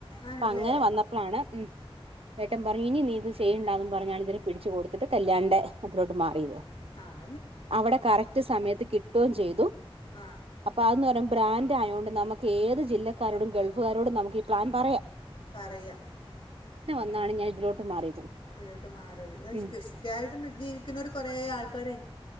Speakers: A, on the left; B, on the right.
A: ആണല്ലേ
B: അപ്പം അങ്ങനെ വന്നപ്പോഴാണ് ഉം ഏട്ടൻ പറഞ്ഞു ഇനി നീ ഇത് ചെയ്യേണ്ടന്ന് പറഞ്ഞാണ് ഇവരെ പിടിച്ച് കൊടുത്തിട്ടാണ് കല്യാണിന്റെ അതിലോട്ട് മാറിയത്
A: ആഹ്
B: അവ്ടെ കറക്റ്റ് സമയത്ത് കിട്ട്വോം ചെയ്തു
A: ആ
B: അപ്പം അത് എന്നുപറയു ബ്രാന്റ് ആയകൊണ്ട് നമുക്ക് ഏത് ജില്ലക്കാരോടും ഗൾഫ് കാരോടും നമുക്ക് ഈ പ്ലാൻ പറയാം
A: പറയാം
B: ന്നാലും ഞാൻ ഇതിലോട്ട് മാറിയത്
A: എങ്ങോട്ടുംമാറരുത്
B: ഉം
A: ക് ഷ് ഷ് ക്യത്യയിട്ട് ഇന്ന് ജീവിക്കുവര് കൊറെ ആൾക്കാര്